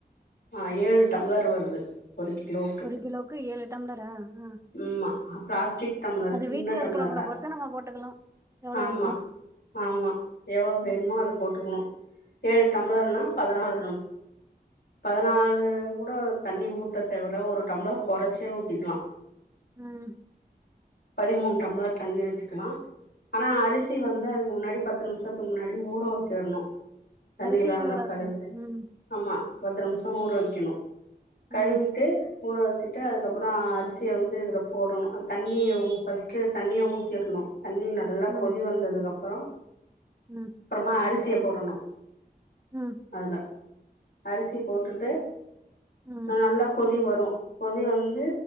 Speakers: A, on the left; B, on the right.
A: அ ஏழு டம்ளர் வருது ஒரு கிலோ
B: ஒரு கிலோவுக்கு ஏழு டம்லரா ஆ
A: ம்மா பிளாஸ்டிக் டம்ளர்
B: அது
A: சின்ன
B: வீட்ல
A: டம்ளர்ல
B: இருக்கிறவங்கள பொறுத்து நம்ம போட்டுக்கலா எவ்ளோ
A: ஆமா
B: வேணுமோ
A: ஆமா எவ்ளோ வேணுமோ
B: ம்
A: அத போட்டுக்குணு ஏழு டம்ளர்னா பதினாலு பதனாலு கூட தண்ணி ஊத்த தேவல ஒரு டம்ளர் கொறைச்சே ஊத்திக்கலா
B: ம்
A: பதிமூணு டம்ளர் தண்ணி வச்சுக்கலா ஆனா அரிசி வந்து
B: ம்
A: அதுக்கு முன்னாடி பத்து நிம்ஷத்துக்கு முன்னாடி ஊற வச்சர்ணு தண்ணில்லா
B: அரிசியு
A: நல்லா
B: ஊற
A: கழுவுட்டு
B: வைக்கணு ம்
A: ஆமா பத்து நிமிஷொ ஊர வக்கிணு கழுவிட்டு
B: ம்
A: ஊற வச்சுட்டு அதுக்கப்பற அரிசிய வந்து இதுல போடணு தண்ணிய ஃபஸ்ட்டு தண்ணிய ஊத்திர்ணு தண்ணி நல்லா
B: ம்
A: கொதி வந்ததுக்கு அப்பறோ
B: ம்
A: அப்பறமா அரிசிய போடணு
B: ம்
A: அதுல அரிசிய போட்டுட்டு
B: ம்
A: நல்லா கொதி வரு பொதி வந்து